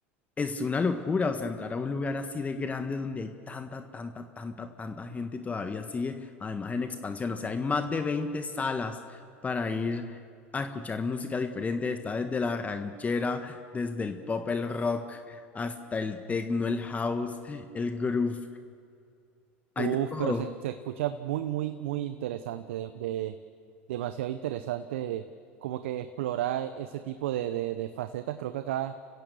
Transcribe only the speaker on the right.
Uf,
pero se, se escucha muy, muy, muy interesante, de, de- demasiado interesante como que explorar ese tipo de, de, de facetas. Creo que acá